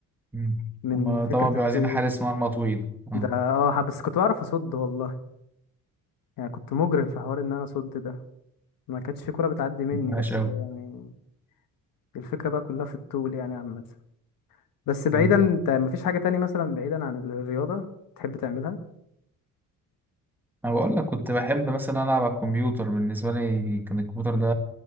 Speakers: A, in the centre; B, on the left (about 70°).
A: مم.
B: من
A: هما
B: فكرة
A: طبعا بيبقوا
B: التوت
A: عايزين حارس مرمى طويل اه
B: ده اه ح- بس كنت بعرف اصد والله يعني كنت مجرم في حوار ان انا اصد ده ما كانتش في كرة بتعدي مني
A: ماشي
B: بس
A: أوي
B: يعني الفكرة بقى كلها في الطول يعني عامة بس بعيدا
A: مم.
B: انت مفيش حاجة تاني مثلا بعيدا عن الرياضة تحب تعملها
A: أنا بقول لك كنت بحب مثلا ألعب على الكمبيوتر بالنسبة لي كان الكمبيوتر ده